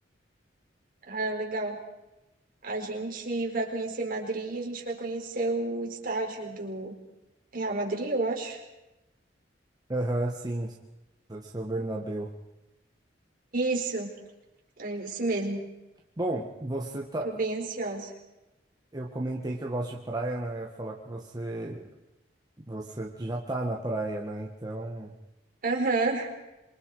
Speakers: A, on the right (about 50°); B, on the right (about 20°).
A: Ah, legal. A gente vai conhecer Madrid, e a gente vai conhecer o estádio do Real Madrid, eu acho.
B: Aham, sim, deve ser o Bernabéu.
A: Isso, é isso mesmo.
B: Bom, você tá.
A: Tô bem ansiosa.
B: Eu comentei que eu gosto de praia, né? Eu ia falar que você, você já tá na praia, né? Então.
A: Aham,